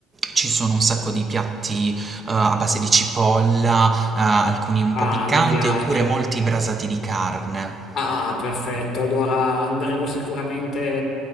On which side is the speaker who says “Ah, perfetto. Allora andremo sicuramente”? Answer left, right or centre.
Left